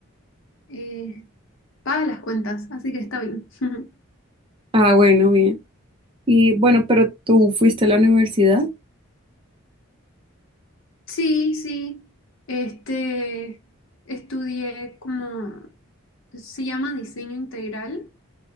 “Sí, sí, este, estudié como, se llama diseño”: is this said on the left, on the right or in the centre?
Left